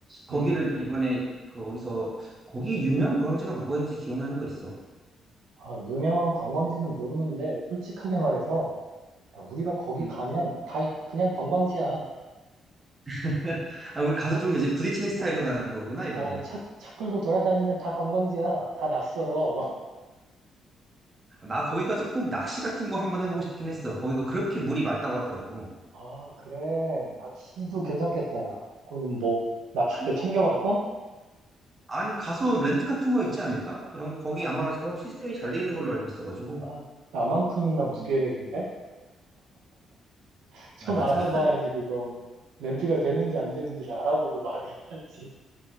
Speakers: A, on the right; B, on the right.
A: 거기를
B: 응.
A: 이번에 그 거기서, 거기 유명한 관광지가 뭐가 있는지 기억나는 거 있어?
B: 아, 유명한 관광지는 모르는데 솔직하게 말해서 야, 우리가 거기
A: 음.
B: 가면 다 그냥 관광지야.
A: <laughs> 아, 우리 가서
B: 차,
A: 좀 이제 부딪히는 스타일로
B: 어,
A: 가는 거구나, 이번에.
B: 어, 차, 차 끌고 돌아다니면 다 관광지야. 다 낯설어.
A: 아, 나 거기 가서 꼭 낚시 같은 거 한번 해보고 싶긴 했어. 거기가 그렇게 물이 맑다고 하더라고.
B: <laughs> 아, 그래. 낚시도 괜찮겠다. 야. 그럼 뭐 낚싯대
A: 아니,
B: 챙겨갈 거?
A: 아니, 가서 렌트 같은 거 있지 않을까? 그럼 거기
B: 아,
A: 아마 그런 시스템이 잘 돼 있는 걸로 알고 있어가지고.
B: 아, 나만큼이나 무계획인데? <laughs> 좀
A: 아, 맞아.
B: 알아봐야지 그거 렌트가 되는지 안 되는지를 알아보고 말을 해야지.